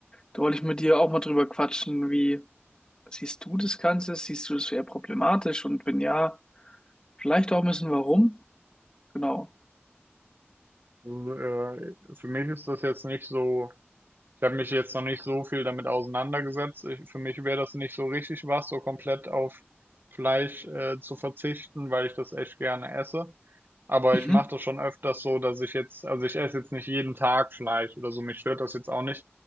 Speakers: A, on the left (about 20°); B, on the right (about 50°).
A: Da wollte ich mit dir auch mal drüber quatschen, wie siehst du das Ganze? Siehst du das eher problematisch? Und wenn ja, vielleicht auch ein bisschen warum? Genau.
B: Also, äh, für mich ist das jetzt nicht so, ich habe mich jetzt noch nicht so viel damit auseinandergesetzt. Ich, für mich wäre das nicht so richtig was, so komplett auf Fleisch äh, zu verzichten, weil ich das echt gerne esse. Aber
A: Mhm.
B: ich mache das schon öfters so, dass ich jetzt, also ich esse jetzt nicht jeden Tag Fleisch oder so. Mich stört das jetzt auch nicht,